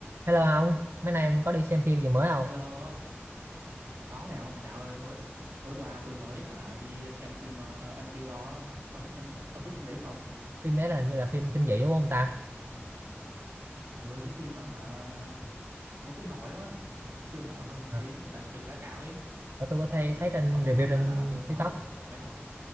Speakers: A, on the right (about 60°); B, on the right (about 85°).
A: Hello ông, mấy nay ông có đi xem phim gì mới không?
B: Hello, có này ông Chào ơi, tối tối qua tôi mới hả đi xem phim uh, Until đó. Ông biết phim ông biết phim đấy không?
A: Phim đấy là hình như là phim kinh dị đúng không ta?
B: Ừ cái phim á hả nó cũng nổi lắm á. Siêu nổi luôn, thấy
A: Ờ,
B: người ta cũng đánh giá cao ấy.
A: ờ, tôi có thấy
B: Ừ,
A: thấy trên
B: ông có
A: review
B: muốn
A: trên
B: hả tôi nói
A: TikTok.
B: phim đấy không?